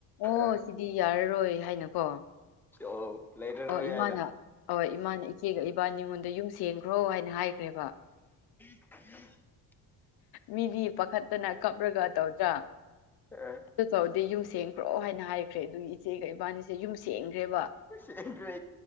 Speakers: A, on the left (about 65°); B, in the centre.
A: ꯑꯣ
B: ꯑ
A: ꯁꯤꯗꯤ ꯌꯥꯔꯔꯣꯏ ꯍꯥꯏꯅꯀꯣ
B: ꯑꯣ ꯂꯩꯔꯔꯣꯏ
A: ꯑꯣ ꯏꯃꯥꯅ
B: ꯍꯥꯏꯅ
A: ꯍꯣꯏ ꯏꯃꯥꯅ ꯏꯆꯦꯒ ꯏꯕꯥꯅꯤꯉꯣꯟꯗ ꯌꯨꯝ ꯁꯦꯡꯈ꯭ꯔꯣ ꯍꯥꯏꯅ ꯍꯥꯏꯈ꯭ꯔꯦꯕ
B: <unintelligible>
A: ꯃꯤꯗꯤ ꯄꯥꯈꯠꯇꯅ ꯀꯞꯔꯒ ꯇꯧꯗ꯭ꯔꯥ
B: ꯑꯥ
A: ꯑꯗꯨ ꯇꯧꯔꯗꯤ ꯌꯨꯝ ꯁꯦꯡꯈ꯭ꯔꯣ ꯍꯥꯏꯅ ꯍꯥꯏꯈ꯭ꯔꯦ ꯑꯗꯨꯒꯤ ꯏꯆꯦꯒ ꯏꯕꯥꯅꯤꯁꯦ ꯌꯨꯝ ꯁꯦꯟꯒ꯭ꯔꯦꯕ
B: <unintelligible> ꯌꯨꯝ ꯁꯦꯡꯕ